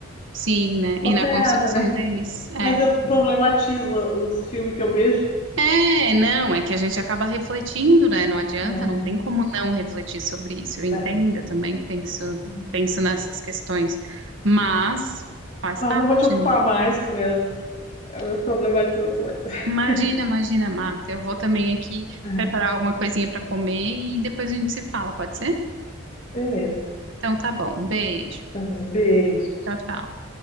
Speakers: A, on the right (about 60°); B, on the left (about 35°).
A: Sim, né?
B: Posso
A: E na
B: estar
A: concepção
B: errada, né?
A: deles, é.
B: Mas eu problematizo os filmes que eu vejo.
A: É, não, é que a gente acaba refletindo, né? Não adianta,
B: É.
A: não tem como não refletir sobre isso. Eu entendo,
B: É.
A: eu também penso,
B: Hum.
A: penso nessas questões. Mas faz
B: Mas
A: parte,
B: não vou te ocupar
A: né?
B: mais com meus, as minhas problematizações. <laughs>
A: Imagina, imagina, Marta. Eu vou também aqui
B: Aham.
A: preparar alguma coisinha para comer e depois a gente se fala, pode ser?
B: Beleza.
A: Então tá bom. Um beijo.
B: Tá bem. Beijo.
A: Tchau, tchau.